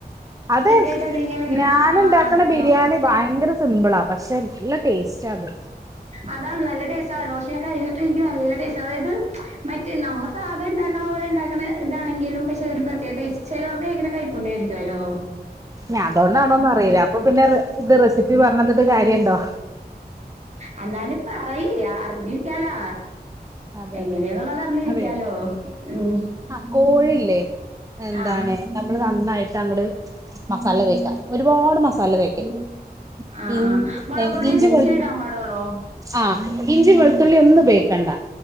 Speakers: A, on the right; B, on the right.
A: അതെ
B: ആയിട്ട് എന്തെങ്കിലും ഇങ്ങനെ
A: ഞന്ണ്ടാക്ക്ണ
B: ആഹ് ഇതാക്കണം
A: ബിരിയാണി ഭയങ്കര സിംമ്പ്ളാ പക്ഷെ നല്ല ടേസ്റ്റാന്ന്
B: അതാൺ നല്ല ടേസ്റ്റായിരുന്നു. ഷെ കഴിഞ്ഞിട്ട് ൻക്ക് നല്ല ടേസ്റ്റ് അതായത് മറ്റേ നമ്മ സാധാണ്ടാക്ക്ണ പോലെ ണ്ടാക്ക്ണെ താണെങ്കിലും പക്ഷെ ഒരു പ്രത്യേക ടേസ്റ്റ. ചെലോർക്ക് വെയങ്കര കൈപ്പുണ്യ ആയിരിക്കുവല്ലോ.
A: ഞാ അതോണ്ടാണോന്ന് അറിയില്ല. അപ്പൊ പിന്നെ റെ ഇത് റെസിപ്പി പർഞ്ഞെന്ന്ട്ട് കാര്യണ്ടോ?
B: അല്ലാരുംപറയിയാ അർഞ്ഞിരിക്കാലാ
A: അതെ
B: എങ്ങനേന്നുള്ളത്
A: അതെ
B: അർഞ്ഞിരിക്കാലോ.
A: അതെ
B: ഉം
A: ആഹ് കോഴില്ലേ എന്താണ്
B: ആഹ്
A: നമ്മള് നന്നായിട്ട് അങ്ങട് മസാല തേക്ക. ഒരുപാട് മസാല തേക്കരുത്
B: ആഹ്
A: ഇൻ
B: ആഹ് മൊളക്
A: നേ
B: പൊടിയൊക്കെ
A: ഇഞ്ചും,
B: ഇച്ചിരി
A: വെൾ
B: ഇടാൻ പാടുള്ളോ
A: ആഹ്. ഇഞ്ചിം, വെൾത്തുള്ളി ഒന്നും പയോഗിക്കണ്ട